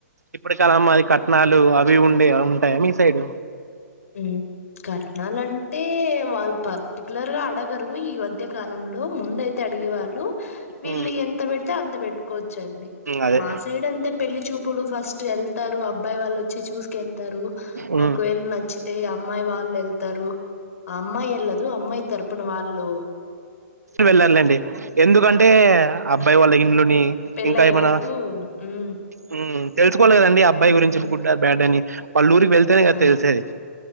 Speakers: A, on the right (about 85°); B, on the left (about 65°).
A: ఇప్పటికాలమ్మాది కట్నాలు అవి ఉండే ఉంటాయా మీ సైడ్
B: ఊ కట్నాలు అం అంటే వాళ్ళు పర్టిక్యులర్ గా అ అడగరు ఈ మధ్య కాలంలో ముందు అయితే అడిగేవారు హలో వీళ్ళు
A: ఉమ్
B: ఎంత పెడితే అంత పెట్టుకోవచ్చండి
A: అదే
B: మా సైడ్ అంతే పెళ్లి చూపులు ఫస్ట్ వెళ్తారు అబ్ అబ్బాయి వాళ్ళు వచ్చి చూసుకెళ్తారు
A: ఉమ్
B: ఒకవేళ నచ్ నచ్చితే అమ్మాయి వాళ్ళు వెళ్తారు అమ్మాయి ఎల్లదు అమ్మాయి తరుపునవాళ్ హలో
A: వెళ్ళాలి లేండి ఎందుకంటే అబ్బాయి వాళ్ళ ఇల్లుని
B: పెళ్లయ్యే
A: ఇంకా ఏమైనా
B: వరకు హ్మ్.
A: ఊ తెలుసుకోవాలి కదండి అబ్బాయి గురించి గుడ్డా బ్యాడ్ అని వాళ్ళ ఊరికి వెళ్తేనే కదా
B: ఆ
A: తెలిసేది